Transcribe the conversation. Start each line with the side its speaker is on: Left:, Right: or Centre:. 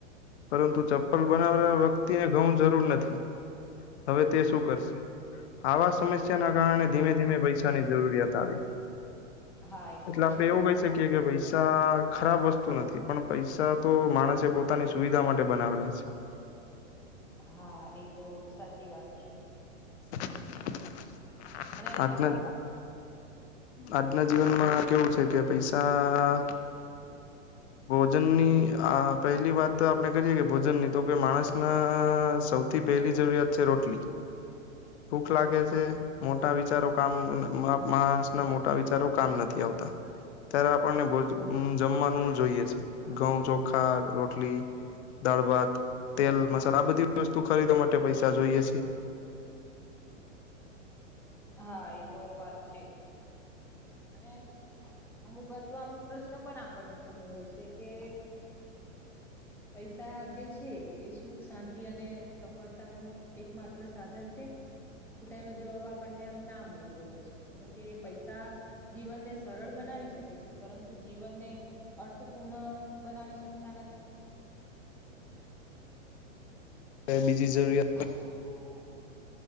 Left: પરંતુ ચપ્પલ બનાવનાર વ્યક્તિને ઘઉં જરૂર નથી. હવે તે શું કરશે? આવા સમસ્ય યાના કારણે ધીમે ધીમે પૈસાની જરૂરિયાત આવી.
Centre: હા એ તો
Left: એટલે આપડે
Centre: ઘણી
Left: એવું
Centre: સાચી
Left: કહી શકીએ
Centre: વાત કીધી
Left: કે પઇ સા ખરાબ વસ્તુ નથી, પણ પૈસા તો માણસે પોતાની સુવિધા માટે બનાવેલા છે.
Centre: હા એ તો સાચી વાત છે.
Left: <inaudible>
Centre: અને અમુક
Left: આજના
Centre: વાત
Left: આજના જીવનમાં કેવું છે કે પૈસા ભોજનની આ પહેલી વાત આપણે કરીએ કે ભોજનની તો કે માણસના સૌ થી પહેલી જરૂરિયાત છે રોટલી. ભૂખ લાગે છે મોટા વિચારો કામ માણસ ના મોટા વિચારો કામ નથી આવતા ત્યારે આપણને જમવાનું જોઈએ છે ઘઉં ચોખા રોટલી દાળ ભાત તેલ મસાલા આ બધી વસ્તુ ખરીદવા માટે પૈસા જોઈએ છીએ.
Centre: હા એતો વાત છે અને અમુક વાત આમ પ્રશ્ન પણ આપણને થતો હોય છે કે પૈસા જે છે એ સુખ શાંતિ અને સફળતાનું એક માત્ર સાધન છે. તો તેનો જવાબ આપણને આમ ના મળતો હોય છે કેમકે પૈસા. જીવનને સરળ બનાવી શકે છે પરંતુ જીવનને અર્થપૂર્ણ બનાવી શકતા નથી.
Left: બીજી જરૂરિયાત.
Centre: <unintelligible>